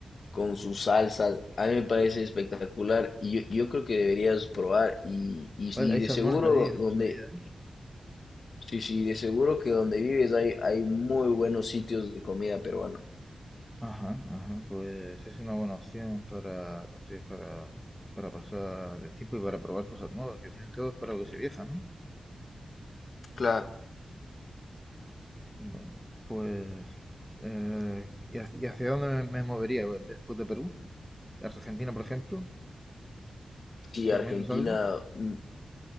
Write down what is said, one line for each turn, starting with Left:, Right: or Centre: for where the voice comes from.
Left: con sus salsas, a mí me parece espectacular y yo, yo creo que deberías probar y, y, sí,
Centre: Vale, hay
Left: de
Centre: salmones
Left: seguro
Centre: allí, no
Left: donde,
Centre: lo sabía.
Left: sí, sí, de seguro que donde vives hay, hay muy buenos sitios de comida peruana.
Centre: Ajá, ajá, pues es una buena opción para, conseguir- para, para pasar el tiempo y para probar cosas nuevas, que al fin y al cabo es para lo que se viaja, ¿no?
Left: Claro.
Centre: Bueno, pues... eh, ¿y hacia y hacia dónde me, me movería pues, después de Perú? ¿Argentina, por ejemplo?
Left: Sí,
Centre: ¿Recomiendas
Left: Argentina,
Centre: algo?
Left: mm,